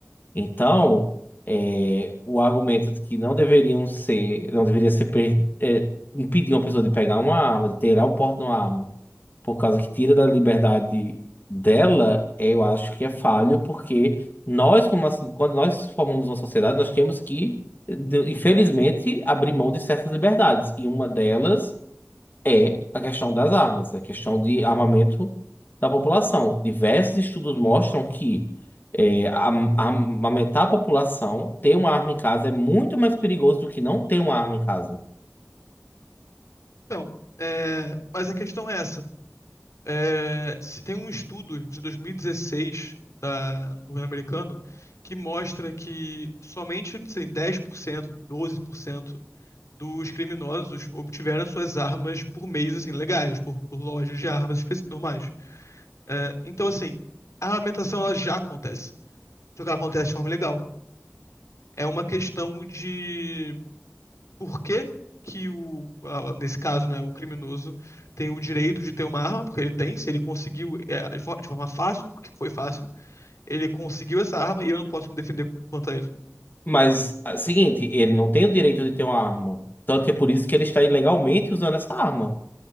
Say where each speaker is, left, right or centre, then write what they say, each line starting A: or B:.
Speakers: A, on the left (about 40°); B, on the left (about 75°).
A: Então, é, o argumento de que não deveriam ser, não deveria ser per- é, impedir uma pessoa de pegar uma arma, de ter o porte de uma arma por causa que tira da liberdade dela, eu acho que é falho, porque nós, como assim, quando nós formamos uma sociedade, nós temos que, de- infelizmente, abrir mão de certas liberdades. E uma delas é a questão das armas, é a questão de armamento da população. Diversos estudos mostram que é, am- armamentar a população, ter uma arma em casa é muito mais perigoso do que não ter uma arma em casa.
B: Então, é, mas a questão é essa. É, se tem um estudo de 2016 da, do governo americano que mostra que somente assim, 10%, 12% dos criminosos obtiveram suas armas por meios assim, legais, por, por lojas de armas específicas normais. É, então, assim, a armamentação ela já acontece. Só que ela acontece de forma ilegal. é uma questão de por que que o, a- nesse caso, né, o criminoso tem o direito de ter uma arma, porque ele tem, se ele conseguiu, é, de fo- de forma fácil, porque foi fácil, ele conseguiu essa arma e eu não posso me defender contra ele.
A: Mas, é o seguinte, ele não tem o direito de ter uma arma. Tanto que é por isso que ele está ilegalmente usando essa arma.